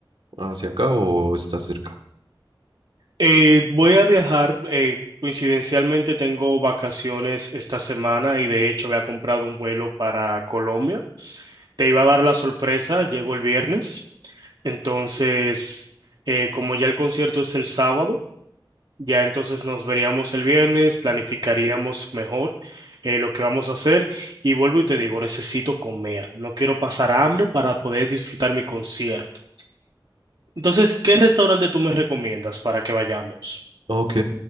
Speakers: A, on the right; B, on the right.
A: hacia acá o estás cerca?
B: Eh, voy a viajar, eh, coincidencialmente tengo vacaciones esta semana y de hecho había comprado un vuelo para Colombia. Te iba a dar la sorpresa, llego el viernes, entonces eh, como ya el concierto es el sábado, ya entonces nos veríamos el viernes, planificaríamos mejor eh, lo que vamos a hacer y vuelvo y te digo, necesito comer, no quiero pasar hambre para poder disfrutar mi concierto. Entonces, ¿qué restaurante tú me recomiendas para que vayamos?
A: Ok,